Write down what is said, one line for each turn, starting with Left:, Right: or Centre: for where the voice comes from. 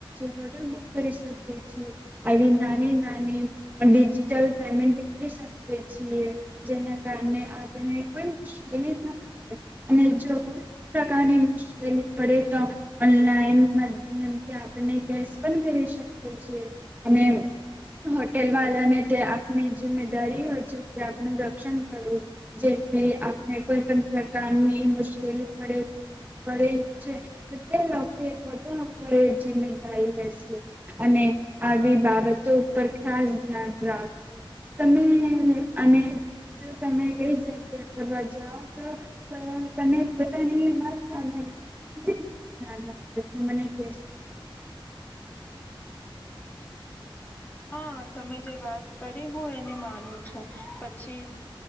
Right: હોટલ બુક કરી શકીએ છીએ. આવી નાની નાની ડિજિટલ પેમેન્ટ કરી શકીએ છીએ. જેના કારણે આપણે કોઈ મુશ્કેલી ના પડે. અને જો કોઈ પણ પ્રકારની મુશ્કેલી પડે તો ઓનલાઈન માધ્યમ આપને કેશપણ કરી શકીએ છે. અને હોટેલ વાળાને તે આપની જિમ્મેદારી હોય છે. તે આપનું રક્ષણ કરવું. જેથી આપણે કોઈ પણ પ્રકારની મુશ્કેલી પડે પડે છે. તે લોકો પોતા આપડે જિમેદારી રેશે. અને આવી બાબતો ઉપર ખાસ ધ્યાન રાખવું. તમે અને જો તમે કઈ જગ્યા કરવા જાઓ તો તમે પોતાની વાત સાંભળી છો મને કેસ
Left: હા તમે જે વાત કરી હું એને માનું છું. પછી